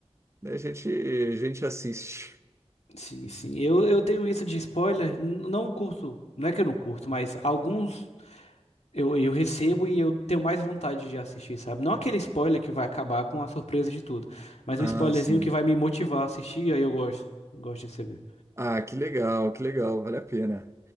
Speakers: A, on the right (about 25°); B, on the left (about 80°).
A: daí a gente, a gente assiste.
B: Sim, sim. Eu, eu tenho isso de spoiler. n- Não curto, não é que eu não curto, mas alguns Eu, eu recebo e eu tenho mais vontade de assistir, sabe? Não aquele spoiler que vai acabar com a surpresa de tudo, mas
A: Ah,
B: um spoilerzinho
A: sim.
B: que vai me motivar a assistir, aí eu gosto. Gosto de receber.
A: Ah, que legal, que legal, vale a pena.